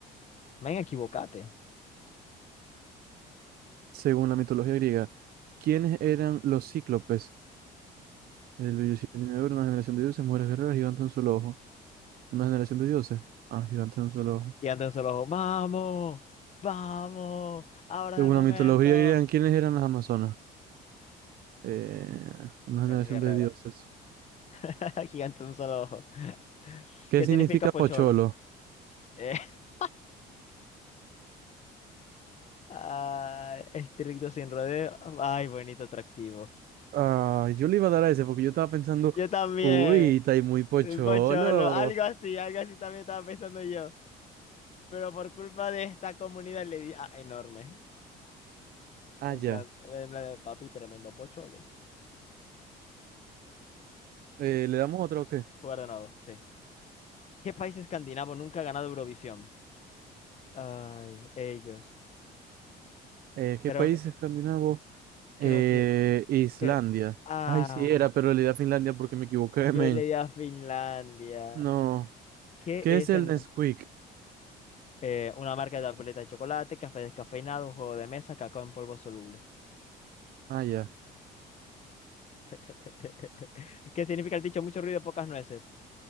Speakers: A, on the left; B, on the right.
A: Me equivocate.
B: Según la mitología griega, ¿quiénes eran los cíclopes? El de oro, una generación de dioses, mujeres guerreras, gigantes de un solo ojo. ¿Una generación de dioses? Ah, gigantes de un solo ojo.
A: Y andan solo, ojo, vamos, vamos, ahora
B: Según
A: es el momento.
B: la mitología griega, ¿quiénes eran las amazonas? Eh, una
A: Mujeres
B: generación
A: guerreras.
B: de dioses.
A: <laughs> Gigante de un solo ojo. <laughs>
B: ¿Qué
A: ¿Qué
B: significa
A: significa pocholo?
B: pocholo?
A: Eh, <laughs> ah, estricto sin rodeo. Ay, bonito atractivo.
B: Ah, yo le iba a dar a ese porque yo estaba pensando,
A: Yo también.
B: uy, está ahí muy pocholo.
A: el Pocholo. Algo así, algo así también estaba pensando yo. Pero por culpa de esta comunidad le di. Ah, enorme.
B: Ah, ya.
A: En plan, en plan, papi, tremendo pocholo.
B: Eh, ¿le damos otro o qué?
A: Jugar sí. ¿Qué país escandinavo nunca ha ganado Eurovisión? Ay, ellos.
B: Eh, ¿qué
A: Creo
B: país
A: que,
B: escandinavo?
A: creo
B: Eh,
A: que,
B: Islandia.
A: cre- ah,
B: Ay, sí, era, pero le di a Finlandia porque me equivoqué,
A: yo
B: <laughs> men.
A: le di a Finlandia.
B: No.
A: ¿Qué
B: ¿Qué
A: es
B: es el
A: el,
B: Nesquik?
A: eh, una marca de tableta de chocolate, café descafeinado, un juego de mesa, cacao en polvo soluble?
B: Ah, ya.
A: <laughs> ¿Qué significa el dicho? Mucho ruido, pocas nueces.